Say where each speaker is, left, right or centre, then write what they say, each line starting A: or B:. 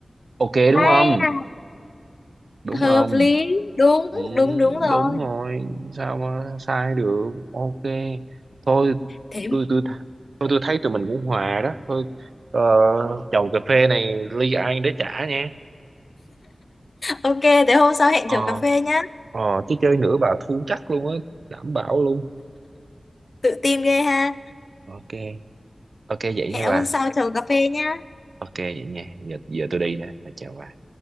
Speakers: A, on the right (about 75°); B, on the left (about 55°).
A: ok đúng
B: Ai
A: không
B: à,
A: đúng
B: hợp
A: không
B: lý đúng
A: Ừ,
B: đúng đúng rồi
A: đúng rồi sao mà sai được ok thôi
B: thế
A: tôi tôi tôi tôi thấy tụi mình cũng hòa đó thôi ờ, chầu cà phê này ly ai để trả nha
B: ok thế hôm sau hẹn
A: ờ
B: chiều cà phê nhá
A: ờ chứ chơi nữa bà thua chắc luôn á đảm bảo luôn
B: tự tin ghê ha
A: ok ok vậy
B: hẹn
A: nha bà
B: hôm sau chiều cà phê nhá
A: ok vậy nha giờ giờ tôi đi đó chào bà